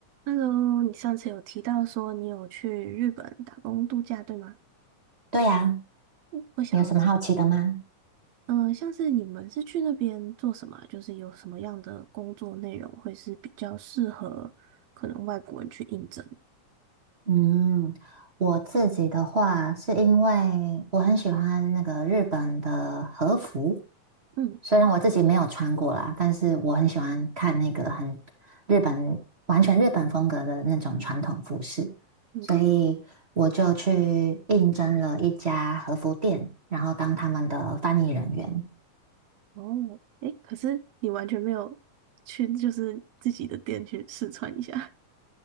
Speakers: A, on the right (about 90°); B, on the right (about 60°).
A: Hello，你上次有提到说你有去日本打工度假，对吗？
B: 对呀，
A: 嗯我想要知，
B: 你有什么好奇的吗？
A: 嗯、像是你们是去那边做什么啊就是有什么样的工作内容会是比较适合可能外国人去应征？
B: 嗯，我自己的话，是因为我很喜欢那个日本的和服，
A: 嗯
B: 虽然我自己没有穿过啦，但是我很喜欢看那个很日本，完全日本风格的那种传统服饰，
A: 嗯，
B: 所以我就去应征了一家和服店，然后当他们的翻译人员。
A: 哦，诶，可是你完全没有去，就是自己的店去试穿一下，